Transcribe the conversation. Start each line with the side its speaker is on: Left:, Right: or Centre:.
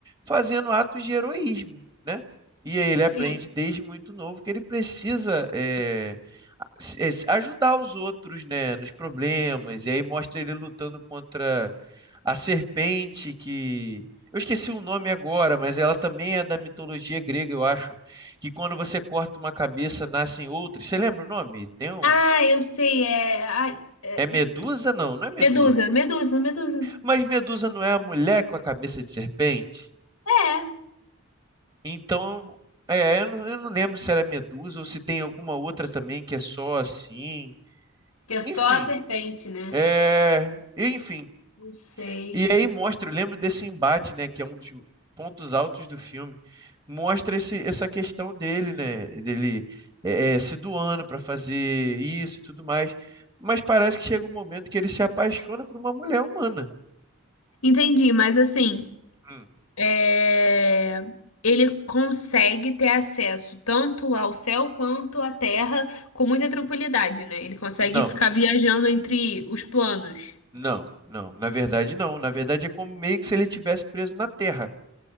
Right: fazendo atos de heroísmo né? E aí ele
Left: sim.
Right: aprende desde muito novo que ele precisa eh, a- se- eh, se- ajudar os outros, né, nos problemas. E aí mostra ele lutando contra a serpente que eu esqueci o nome agora, mas ela também é da mitologia grega, eu acho, que quando você corta uma cabeça nascem outras. Você lembra o nome? Tem um
Left: Ah, eu sei, é... ai, é-
Right: É Medusa? Não, não é Medusa.
Left: Medusa, Medusa, Medusa.
Right: Mas Medusa não é a mulher com a cabeça de serpente?
Left: É,
Right: Então, é, eu não, eu não lembro se era Medusa ou se tem alguma outra também que é só assim.
Left: que é
Right: Enfim,
Left: só a serpente, né?
Right: é, enfim.
Left: Não sei.
Right: E aí mostra, eu lembro desse embate, né, que é um dos pontos altos do filme. Mostra esse, essa questão dele, né, dele é, é, se doando para fazer isso e tudo mais. Mas parece que chega um momento que ele se apaixona por uma mulher humana.
Left: Entendi, mas assim...
Right: Hum,
Left: é, ele consegue ter acesso tanto ao céu quanto à terra com muita tranquilidade, né? Ele consegue
Right: Não,
Left: ficar viajando entre os planos.
Right: não, não. Na verdade, não. Na verdade, é como meio que se ele tivesse preso na Terra.